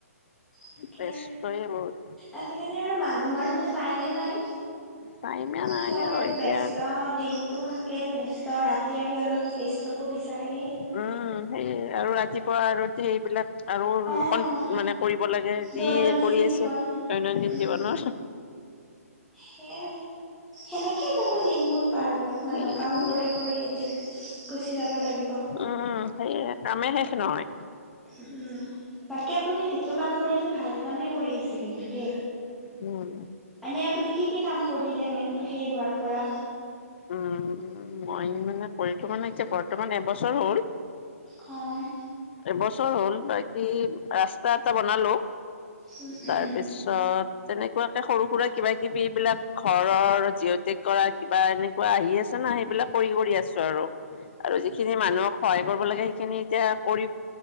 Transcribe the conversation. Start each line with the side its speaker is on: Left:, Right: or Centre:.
Centre: তাকে
Left: ব্যস্তৱে‌ বহুত।
Centre: আজিকালি আৰু মানুহৰ মানে টাইমে নাই।
Left: টাইমে নাই
Centre: চব আৰু
Left: এতিয়া
Centre: ব্যস্ত, দিনটোও থাকে ব্যস্ত ৰাতি আহি অলপ ৰেষ্ট ল'ব বিচাৰেহি।
Left: উম, উম, সেইৱে, আৰু ৰাতিপুৱা আৰু সেইবিলাক আৰু
Centre: অ',
Left: কন মানে কৰিব লাগে, যি
Centre: দৈনন্দিন
Left: কৰি
Centre: জীৱন
Left: আছে দৈনন্দিন
Centre: উম,
Left: জীৱনৰ।
Centre: সেয়াই, সেনেকেই যাব দিনবোৰ পাৰ হৈ। মানুহ
Left: সেয়ে
Centre: কাম
Left: সেয়ে
Centre: কৰি কৰি এদিন গুচি যাব লাগিব।
Left: উম, সেয়া, কামে শেষ নহয়।
Centre: উম, উম, তাকে আপুনি যিটো কাম কৰি আছে, ভাল কামেই কৰি আছে কিন্তু দেই।
Left: উম
Centre: এনেই আপুনি কি কি কাম কৰিলে মেম সেই হোৱাৰ পৰা?
Left: উম, মই মানে কৰিলো মানে বৰ্তমান এবছৰ হ'ল।
Centre: অ'
Left: এবছৰ হ'ল, বাকী ৰাস্তা এটা বনালো।
Centre: উম,
Left: তাৰপিছত
Centre: উম।
Left: তেনেকুৱাকে সৰু সুৰা কিবা-কিবি এইবিলাক ঘৰৰ জিঅটেক কৰা, কিবা এনেকুৱা আহি আছে ন, সেইবিলাক কৰি কৰি আছো আৰু। আৰু যিখিনি মানুহক সহায় কৰিব লাগে সেইখিনি এতিয়া কৰি